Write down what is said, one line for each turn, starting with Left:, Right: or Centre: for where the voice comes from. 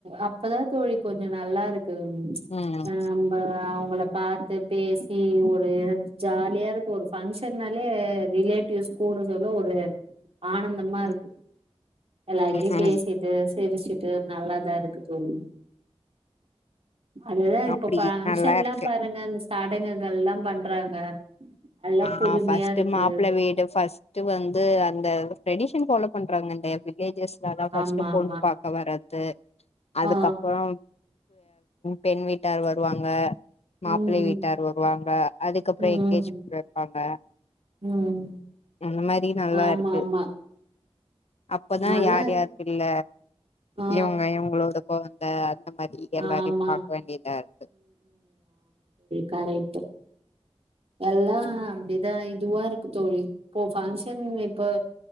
Right: அப்பதா தோழி கொஞ்சோ நல்லாருக்கு
Left: ம்
Right: ஆ ப்ப அவங்கள பாத்து பேசி ஒரு ஜாலியாருக்கு ஒரு பங்க்ஷனாலே ரிலேட் டிவ்ஸ் கூட சொல்ல ஒரு ஆனந்தமா இருக்கு
Left: ம்
Right: எல்லாருகிடையு
Left: ம்
Right: பேசிட்டு
Left: ம்
Right: சிரிச்சுட்டு டு நல்லாதா இருக்கு தோழி அதுதா இப்ப
Left: அப்டி
Right: பங்க்ஷன்ல்லா
Left: நல்லா இருக்கு
Right: பாருங்க இந்த சடகுகள்ல்லா பண்றாங்க அதெல்லா
Left: ஆ
Right: புதுமையா
Left: ஃபஸ்ட்டு
Right: இருக்கு
Left: மாப்பிள்ள வீடு பஸ்ட் டு வந்து அந்த ட்ரெடிஷன் பாலோ பண்றாங்க இந்த வில்லேஜஸ்லலா பஸ்ட்
Right: ஆமா
Left: பொண்ணு
Right: ஆமா
Left: பாக்க வரறத்து அதுக்கப்றோம்
Right: ஆ
Left: பெண் வீட்டார் வருவாங்க மாப்பிளை
Right: ம்
Left: வீட்டார் வருவாங்க அதுக்கப்றோ
Right: ம்
Left: எனங்கேஜ்மெண்ட் வெப்பாங்க
Right: ம்
Left: அந்த மாறி நல்லாருக்கு
Right: ஆமா ஆமா
Left: அப்பதா
Right: நல்லா
Left: யார் யார் பிள்ள
Right: ஆ
Left: இவங்க இவங்களோட கொழந்த அந்த மாறி எல்லாரையு
Right: ஆமா
Left: பாக்க வேண்டியதா இருக்கு
Right: கரெக்ட்டு எல்லா அப்படிதா இதுவா இருக்கு தோழி இப்போ பங்க்ஷன் இப்ப